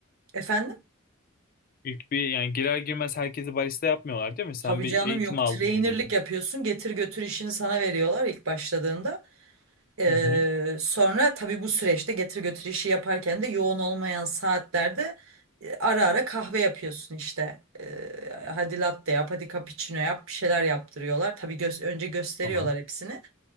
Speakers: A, on the right; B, on the left.
A: efendim
B: İlk bir yani girer girmez herkesi barista yapmıyorlar değil mi? Sen
A: tabii
B: bir
A: canım
B: eğitim
A: yok
B: aldın
A: trainerlik
B: yani.
A: yapıyorsun. Getir götür işini sana veriyorlar ilk başladığında. E,
B: Hı hı.
A: sonra tabii bu süreçte getir götür işi yaparken de yoğun olmayan saatlerde e, ara ara kahve yapıyorsun işte. E, hadi latte yap, hadi cappuccino yap, bir şeyler yaptırıyorlar. Tabii gö- önce gösteriyorlar
B: Tamam.
A: hepsini.